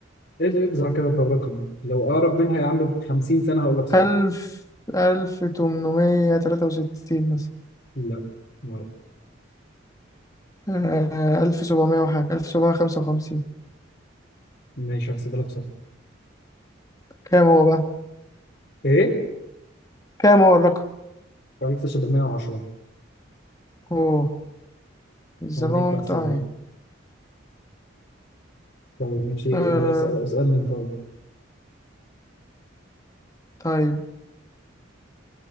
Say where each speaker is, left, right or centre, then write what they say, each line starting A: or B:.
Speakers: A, on the left; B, on the left.
A: ايه ده يجزع كده طب رقم لو اقرب منها يا عم ب 50 سنه هقول لك صفر
B: ألف ألف تمنمية تلاتة وستين مثلا
A: لا ما-
B: آه، ألف سبعمية وحاجة ألف سبعمية خمسة وخمسين
A: ماشي هحسبها لك صفر
B: كام هو بقى؟
A: ايه
B: كام هو الرقم؟
A: 1710
B: أوه it's
A: انا
B: a long
A: قلت هحسبها
B: time
A: لك طيب ماشي
B: آه،
A: وهس- اسالني انت يلا.
B: طيب